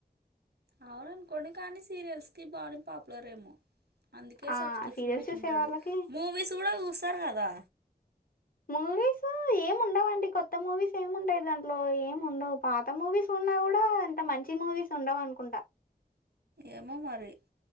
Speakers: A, on the right; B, on the left.
A: అవును అనుకోండి కానీ సీరియల్స్ కి బాగానే పాపులర్ ఏమో అందుకే
B: ఆ
A: సబ్స్క్రిప్షన్
B: సీరియల్స్
A: పెట్టింటాడు
B: చూసే వాళ్ళకి
A: మూవీస్ కూడా చూస్తారు కదా
B: మూవీస్ ఏమిండవండి కొత్త మూవీస్ ఏముండయి దాంట్లో ఏం ఉండవు పాత మూవీస్ ఉన్నా గుడా అంత మంచి మూవీస్ ఉండవనుకుంట
A: ఏమో మరి